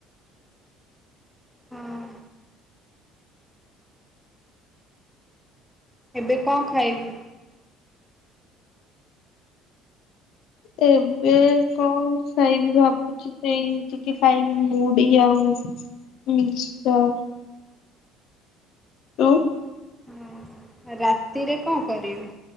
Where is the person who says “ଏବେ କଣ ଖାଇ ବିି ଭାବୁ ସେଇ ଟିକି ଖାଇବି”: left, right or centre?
Left